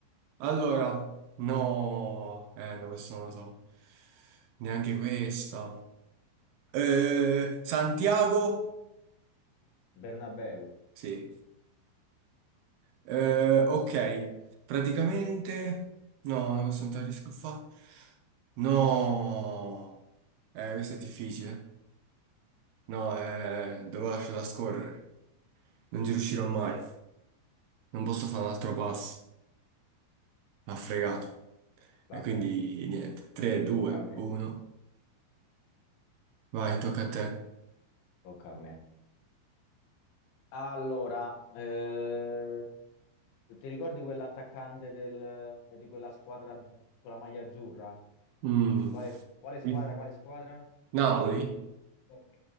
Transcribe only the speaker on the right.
Allora, no, eh, no, questo non lo so, neanche questa. Eh, Santiago,
sì. Eh, ok, praticamente, no, no, questo non te la riesco a fare. No, eh, questo è difficile. No, eh, devo lasciarla scorrere, non ci riuscirò mai. Non posso fare un altro passo. M'ha fregato.
E quindi niente. 3, 2,
1. Vai, tocca a te.
Mm.
Mi-
Napoli.